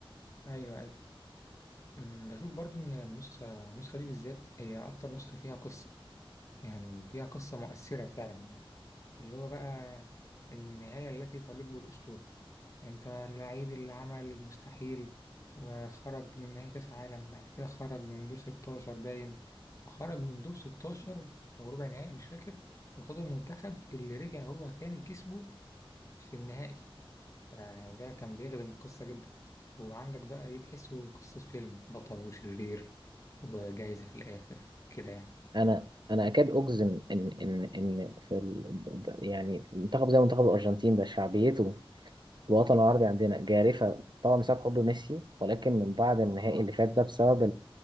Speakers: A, on the left (about 30°); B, on the right (about 50°).
A: أيوه أيوه أمم، بشوف برضو إن النسخة النسخة دي بالذات هي أكتر نسخة فيها قصة يعني فيها قصة مؤثرة فعلا اللي هو بقى النهاية التي تليق بالأسطورة أنت اللعيب اللي عمل المستحيل وخرج من نهائي كأس عالم بعد كده خرج من دور 16 باين وخرج من دور 16 أو ربع نهائي مش فاكر وقصاد المنتخب اللي رجع هو تاني كسبه في النهائي يعني ده كان بيخدم القصة جدا وعندك بقى دي تحسه قصة فيلم بطل وشرير وجايزة في الآخر كده يعني.
B: أنا أنا أكاد أجزم إن إن إن في ال... يعني في منتخب زي منتخب الأرجنتين ده شعبيته في الوطن العربي عندنا جارفة طبعا بسبب حب ميسي ولكن من بعد النهائي اللي فات ده بسبب